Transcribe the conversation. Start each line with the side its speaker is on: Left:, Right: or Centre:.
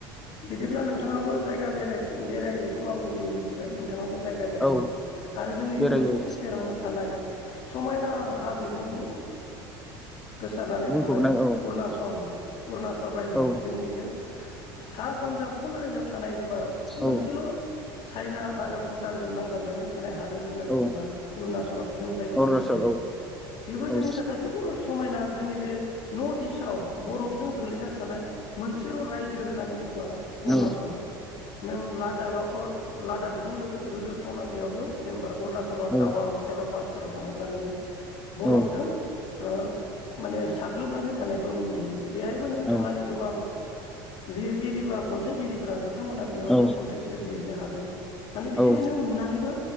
Left: बिदिब्ला नोंथाङाबो जायगा बेरायनायखौ आं दिनै मिथिबाय नोंथाङाबो जायगा बेरायो
Centre: औ
Left: आरो जोंनि
Centre: बेरायो
Left: न'सुंसे सेरावनो थानाय समायना हाजोजों बुं गोसारनानै
Centre: बुंफबनाय
Left: थानाय
Centre: औ
Left: अरुनाचल अरुनाचल रायजो
Centre: औ
Left: जोंनि बे सा सानजा खनायाव थां थानाय जेनेबा मोनसेल'
Centre: औ
Left: चाइना आरो भुटानजों नांजाबनायनि थाखाय थानाय हादोर होननानै
Centre: औ
Left: बुङोब्ला अरुणाचल जों जायखौ
Centre: अरुणाचल
Left: मिथियो
Centre: औ
Left: बेबो
Centre: औ
Left: जोंनि थाखाय जोबोर समायना जोंनि बे नर्थ इस्ट औ बरफजों गोलैना थानाय मोनसेल' रायजो होननानै बुंबा अुणचल
Centre: औ
Left: नों लाडाक आव लाडाक जों लोगो रुजुथावना बेयावबो जेनेबा अरुणाचलाव
Centre: औ
Left: टावां सेलापासफोराव थाङोब्ला नोङो बरफजों
Centre: औ
Left: ओ माने साग्लोबनानै थानायखौ जों नुयो। बेहायबो नोङो
Centre: औ
Left: थांनानै गोबां लिरगिरि बा खन्थाइगिरिफोरा बिदि बिथांमोना बेवहायनो
Centre: औ
Left: खन्थाइ सोरजिहैनो हागोन माने बिदिनो
Centre: औ
Left: नों नुनानैबो